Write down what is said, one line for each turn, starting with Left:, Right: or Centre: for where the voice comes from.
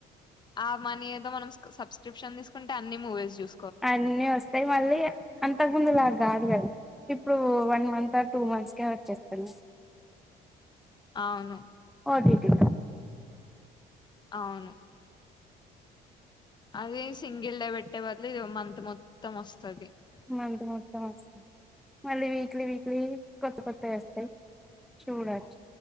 Left: ఆ మనీ ఏదో మనం సబ్స్క్రిప్షన్ తీసుకుంటే అన్ని మూవీస్ చూస్త
Centre: అన్ని వస్తాయి మళ్ళీ గా అంత ముందులా రాదు కదా ఇప్పుడు వన్ మంత్ ఆ టూ మంత్స్ కే వచ్చేస్తున్నాయి
Left: అవును
Centre: ఓ టి టి ల
Left: అవును అది సింగిల్ డే పెట్టే బదుల ఇది మంత్ మొత్తం వస్తుది
Centre: మంత్ మొత్తం వస్తుంది మళ్ళీ <unintelligible> కొత్త కొత్తవి వస్తాయి చూడాలి